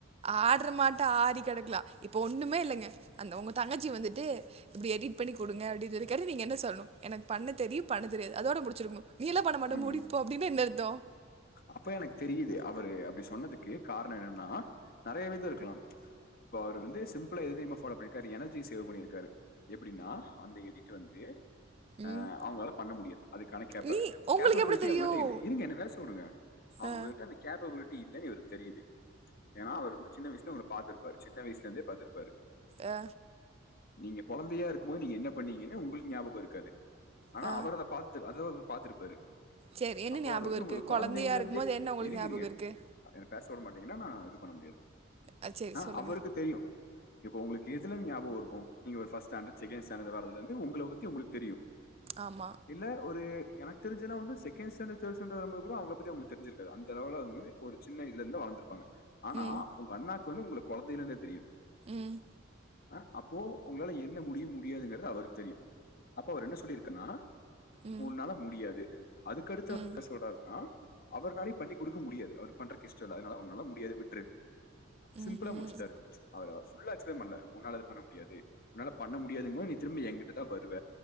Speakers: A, on the right; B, on the left.
A: ஆடற மாட்ட ஆறி கிடக்கலாம் இப்போ ஒன்றுமே இல்லைங்க அந்த உங்க தங்கச்சி வந்துட்டு இப்படி எடிட் பண்ணி குடுங்க அப்படனு சொன்னா கேட்ட நீங்க என்ன சொல்லணும் எனக்கு பண்ண தெரியும் பண்ண தெரியாது அதோட முடிச்சிருக்கணும் நீலாம் பண்ண மாட்ட
B: ம்
A: மூடிட்டு போ அப்படின்னா என்ன அர்த்தம்
B: அப்ப எனக்கு தெரியுது அவரு அப்படி சொன்னதுக்கு காரணம் என்னன்னா நிறைய விதம் இருக்கலாம் இப்ப அவரு வந்து சிம்பிளா என்ன தெரியுமா பாஃலோ பண்ணியிருக்காரு எனர்ஜி சேவ் பண்ணிருக்காரு எப்படின்னா அந்த எடிட் வந்து
A: ம்.
B: ஆஹ் அவங்களால பண்ண முடியாது அதுக்கான கேப்ப
A: நீ உங்களுக்கு
B: கேப்பபிலிட்டி
A: எப்படி தெரியும்?
B: அவங்கிட்ட இல்லை இதுங்க என்ன பேச வுடுங்க அவங்க
A: அ,
B: கிட்ட அந்த கேப் இல்லங்குறது தெரியுது ஏன்னா அவர் வந்து சின்ன வயசுல உங்களை பாத்துரு பாரு சின்ன வயசுல இருந்தே பாத்துரு பாரு
A: ஆ
B: நீங்க குழந்தையா இருக்கும் போது நீங்க என்ன பண்ணீங்கன்னா உங்களுக்கு ஞாபகம் இருக்காது ஆனா
A: அ.
B: அவர் பாத்த அத பாத்துருப்பாரு
A: சரி, என்ன
B: அப்போ
A: ஞாபகம்
B: வது
A: இருக்கு?
B: உங்களுக்கு குழந்த
A: குழந்தையா
B: அப்பேல
A: இருக்கும்போது
B: இருந்தே
A: என்ன உங்களுக்கு
B: இருங்கருங்க
A: ஞாபகம் இருக்கு?
B: எனக்கு பேச வுட மாட்டீங்கன்னா நான் இது பண்ண முடியாது
A: அ, சரி
B: ஆஹ்
A: சொல்லுங்க.
B: அவருக்கு தெரியும் இப்ப உங்களுக்கு இதுல இருந்துஞாபம் இருக்கும் நீங்க ஒரு பர்ஸ்ட்ஸ்டாண்ட் செகண்ட் ஸ்டாண்டர்ட வரதுல இருந்து உங்கள பத்தி உங்களுக்கு தெரியும்
A: ஆமா.
B: இல்ல ஒரு எனக்கு தெரிஞ்சதலாம் வந்து செகண்ட்ஸாண்ட தேடுஸ்ஸாண்ட கூட அவங்க உங்களுக்கு தெரிஞ்சிருக்காது அந்த ஒரு சின்ன இதுல இருந்து வளந்துருப்பாங்க ஆனா
A: ம்,
B: உங்க அண்ணாக்கு வந்து உங்களுக்கு குழந்தைையில இருந்தே தெரியும்
A: ம்,
B: அஹ அப்போ உங்களால என்ன முடிய முடியாதுங்கிறது அவருக்கு தெரியும் அப்ப அவர் என்ன சொல்லியிருக்கன்னா
A: ம்,
B: உன்னால முடியாது அதுக்கடுத்து
A: ம்,
B: சொல்றாருன்னா அவர்னாலே பண்ணி கொடுக்க முடியாது அவர் பண்ற கஷ்டம் இல்ல அதனால உன்னால முடியாது விற்று சிம்பிளா
A: ம்ஹ்ம்.
B: முடிச்சிட்டா
A: ம்.
B: அவர் அத ஃபுல்லா எக்ஸ்பிளைன் பண்ணல உன்னால பண்ண முடியாது உன்னால பண்ண முடியாதுங் போது நீ திரும்ப என்கிட்டதா வருவ